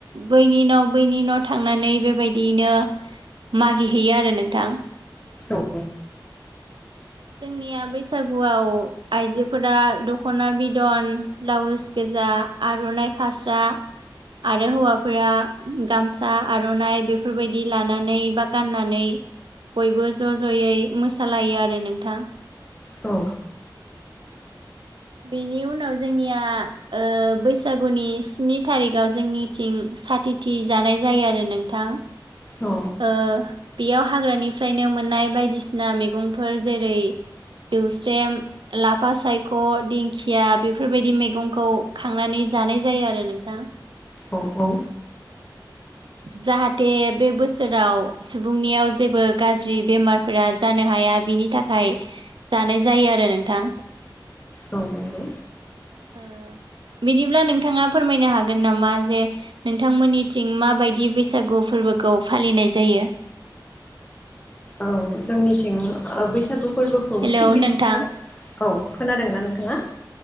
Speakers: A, on the right (about 80°); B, on the left (about 20°).
A: बैनि उनाव इनि न' न' थांनानै बेबायदिनो मागि हैैयो आरो नोंथां।
B: दौ
A: जोंनिया बैसागुआव आइजोफोरा दख'ना बिदन ब्लाउस गोजान गोजा आर'नाइ फास्रा आरो हौवाफोरा गामसा आर'नाइ बेफोरबायदि लानानै बा गाननानै बयबो ज' ज'यै मोसालायो आरो नोंथां।
B: औ
A: बेनि उनाव जोंनिया बैसागुनि स्नि थारिखाव जोंनिथिं साथिथि जानाय जायो आरो नोंथां।
B: औ
A: बेयाव हाग्रानिफ्रायनो मोननाय बायदिसिना मैगंफोर जेरै दौस्रेम लाफा सायख' दिंखिया बेफोरबायदि मैगंखौ खांनानै जानाय जायो आरो नोंथां।
B: औ औ
A: जाहाथे बे बोसोराव सुबुंनियाव जेबो गाज्रि बेमार बेफोर जानो हाया बिनि थाखाय जानाय जायो आरो नोंथां।
B: ग नांगौ
A: ओ बिदिब्ला नोंथाङा फोरमायनो हागोन नामा जे नोंथांमोननिथिं माबायदि बैसागु फोरबो फोरबोखौ फालिनाय जायो।
B: औ जोंनिथिं बैसागु फोरबोखौ
A: हेलौ
B: थिग बिदिनो
A: नोंथां
B: औ खोनादोंना नोंथाङा?